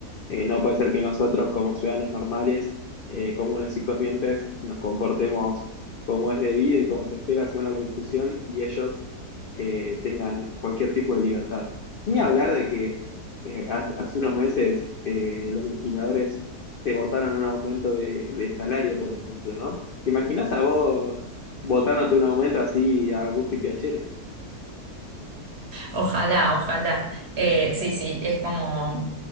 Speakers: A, on the left; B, on the right.
A: Eh, no puede ser que nosotros, como ciudadanos normales, eh, comunes y corrientes, nos comportemos como es debido y como se espera según la Constitución y ellos eh, tengan cualquier tipo de libertad. Ni hablar de que eh, hace, hace unos meses eh, los legisladores te votaron un aumento de, de salario, por ejemplo, ¿no? ¿Te imaginas a vos votándote un aumento así a gusto y piacere?
B: Ojalá, ojalá. Eh, sí, sí, es como...